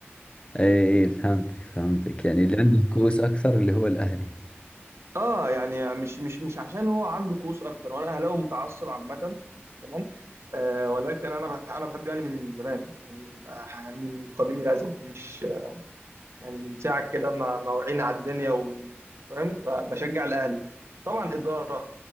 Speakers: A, on the left; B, on the right.
A: ايه إيه، فهمتك فهمتك يعني اللي عنده كؤوس اكثر اللي هو الاهلي
B: اه يعني مش مش مش عشان هو عنده كؤوس اكتر وانا اهلاوي متعصب عامه تمام آه ولكن انا بح... انا بحب الاهلي من زمان من, آه، من قديم الازل مش يعني من ساعه كده ما ما وعينا على الدنيا و... فاهم فبشجع الاهلي طبعا اداره